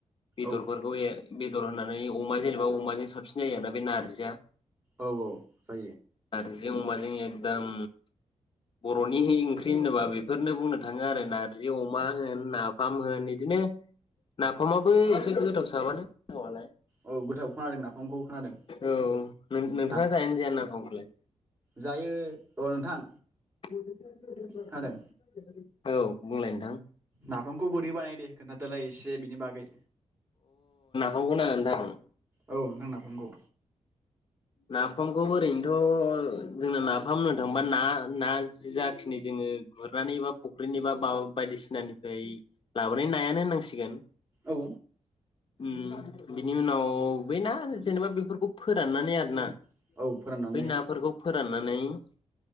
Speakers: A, on the left (about 50°); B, on the right (about 20°).
A: बेदरफोरखौ
B: औ
A: एर बेदर होनानै अमा जेनेबा अमाजों साबसिन जायो आरो ना बे नार जिया
B: औ औ जायो।
A: नारजि अमाजों एखदम बरनि ओंख्रि होनोबा बेफोरनो बुंनो थाङो आरो नारजि अमा होन नाफाम होन बिदिनो नाफामाबो एसे गोथाव साबानोथावालाय।
B: औ गोथाव खोनादों नाफामखौ खोनादों।
A: औ नोंथाङा
B: ना
A: जायोना जाया ना? नाफामखौलाय
B: जायो र' नोंथां
A: <unintelligible>
B: खोनादों
A: औ बुंलाय नोंथां
B: नाफामखौ बोरै बानायो दे खोनथादलाय एसे। जे बिनि बागै
A: नंगौ नामा नोंथां।
B: औ नोंथां नाफामखौ
A: नाफामखौ ओरैनोथ जोंना नाफाम होननो थाङोबा ना ना जाखिनि जोङो गुरनानै बा फुख्रिनि बा मा बायदिसिनानिफ्राय लाबोनाय नायानो होननांसिगोन।
B: औ
A: उ बिनि उनाव बै ना जेनेबा बेफोरखौ फोराननानै आरो ना
B: औ फोराननानै
A: बै नाफोरखौ फोराननानै उ